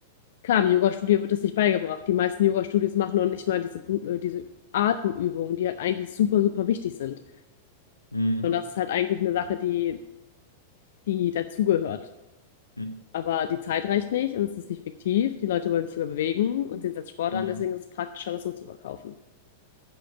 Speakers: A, on the left; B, on the left.
A: klar, im Yoga-Studio wird das nicht beigebracht. Die meisten Yoga-Studios machen noch nicht mal diese, äh, diese Atemübungen, die halt eigentlich super, super wichtig sind.
B: Mhm.
A: Und das ist halt eigentlich eine Sache, die, die dazugehört.
B: Mhm.
A: Aber die Zeit reicht nicht und es ist nicht fiktiv. Die Leute wollen sich überbewegen und sehen es als Sport
B: Mhm.
A: an, deswegen ist es praktischer, das so zu verkaufen.